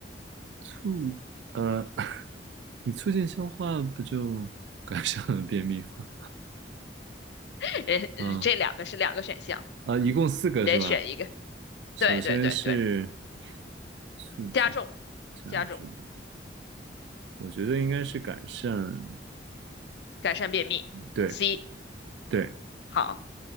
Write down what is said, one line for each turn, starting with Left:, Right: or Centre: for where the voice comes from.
Right: 促，呃，<laughs> 你促进消化不就 <laughs> 改善了便秘吗？
Left: <laughs> 人这两个是两个选项，
Right: 嗯啊，一共四个是吧？
Left: 你得选一个。
Right: 首先是
Left: 对对对对。
Right: 促进
Left: 加重，
Right: 加重，
Left: 加重，
Right: 我觉得应该是改善。
Left: 改善便秘。
Right: 对
Left: C
Right: 对，
Left: 好，